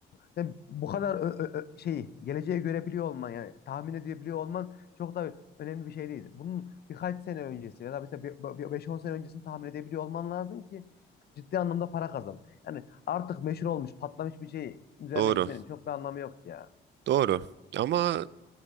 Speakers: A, on the left; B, on the right.
A: sen bu kadar ö- ö- ö- şeyi geleceğe görebiliyor olman yani tahmin edebiliyor olman çok da önemli bir şey değil. Bunun birkaç sene öncesi ya da mesela bir- bir- 5-10 sene öncesini tahmin edebiliyor olman lazım ki ciddi anlamda para kazan. Yani artık meşhur olmuş, patlamış bir şey üzerine
B: Doğru.
A: gitmenin çok bir anlamı yok ya.
B: Doğru. Ama